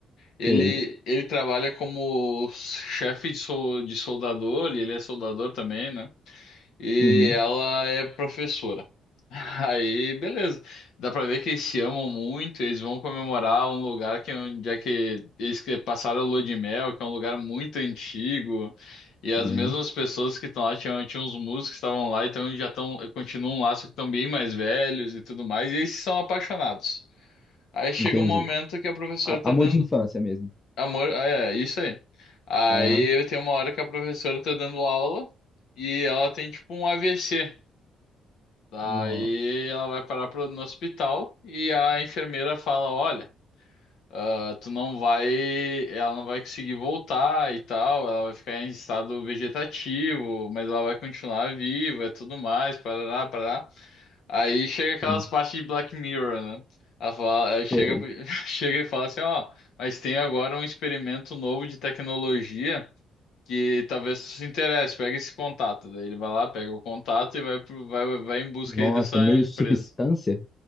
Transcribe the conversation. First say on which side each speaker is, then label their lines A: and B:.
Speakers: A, on the left; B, on the left.
A: Ele,
B: sei.
A: ele trabalha como chefe de, sol, de soldador, e ele é soldador também, né? E
B: Uhum.
A: ela é professora. <laughs> Aí, beleza. Dá pra ver que eles se amam muito, eles vão comemorar um lugar que é onde é que eles que passaram a lua de mel, que é um lugar muito antigo. E as
B: Sim.
A: mesmas pessoas que estão lá, tinham, tinham uns músicos que estavam lá, então eles já estão, continuam um laço que estão bem mais velhos e tudo mais, e eles são apaixonados. Aí chega
B: Entendi.
A: um momento que a professora
B: A-
A: tá
B: Amor
A: dando
B: de infância mesmo.
A: amor, ah, é, isso aí. Aí
B: Aham.
A: tem uma hora que a professora tá dando aula e ela tem tipo um AVC. Daí
B: Nossa.
A: ela vai parar pro, no hospital e a enfermeira fala: Olha, ah, tu não vai. Ela não vai conseguir voltar e tal, ela vai ficar em estado vegetativo, mas ela vai continuar viva e tudo mais, parará, parará. Aí chega aquelas
B: Sim.
A: partes de Black Mirror, né? Ela fala, ela chega,
B: Cê-
A: <laughs> chega e fala assim: Ó, mas tem agora um experimento novo de tecnologia que talvez tu se interesse, pega esse contato. Daí ele vai lá, pega o contato e vai, pro- vai, vai em busca
B: Nossa,
A: aí dessa
B: meio
A: empresa.
B: substância?